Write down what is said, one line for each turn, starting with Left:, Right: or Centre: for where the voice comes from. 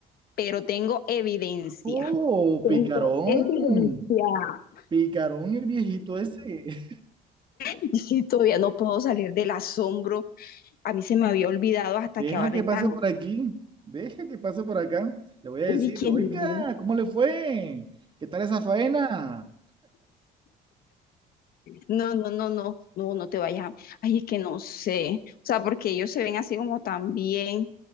Left: Pero tengo evidencia.
Right: Oh,
Left: Tengo
Right: picarón,
Left: evidencia. <laughs>
Right: picarón el viejito ese.
Left: Y sí, todavía no puedo salir del asombro. A mí se me había olvidado
Right: <laughs>
Left: hasta
Right: Deja
Left: que ahora
Right: que
Left: están
Right: pase por aquí, deja que pase por acá. Le voy a
Left: Oye,
Right: decir,
Left: ¿quién
Right: oiga,
Left: no?
Right: ¿cómo le fue? ¿Qué tal esa faena?
Left: No, no, no, no, no, no te vayas. a- Ay, es que no sé. O sea, porque ellos se ven así como tan bien.